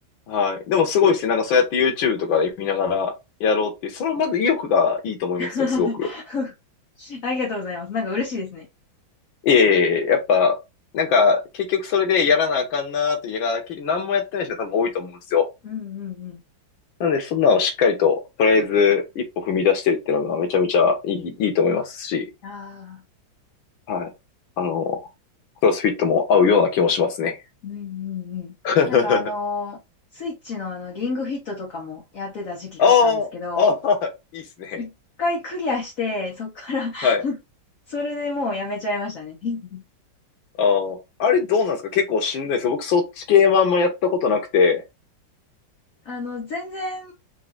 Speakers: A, on the left; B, on the left.
A: はい。でもすごいですね。なんかそうやって YouTube とかで見ながらやろうっていう、そのまず意欲がいいと思いますよ、
B: <laughs>
A: すごく。
B: ありがとうございます。なんか嬉しいですね。
A: いえいえ、やっぱ、なんか結局それでやらなあかんなーというか結局何もやってない人が多分多いと思うんですよ。
B: うんうんうん。
A: なので、そんなのをしっかりと、とりあえず一歩踏み出してるっていうのがめちゃめちゃいい、いいと思いますし、
B: ああ、
A: はい。あの、クロスフィットも合うような気もしますね。
B: うんうんうん。
A: <laughs>
B: なんかあのースイッチのあの、リングフィットとかもやってた時期があったんですけど、
A: ああ、ああ、いいっすね。
B: 一回クリアして、そっから <laughs>
A: はい。
B: それでもうやめちゃいましたね。<laughs>
A: ああ、あれどうなんですか結構しんどいです。僕そっち系もあんまやったことなくて、
B: あの、全然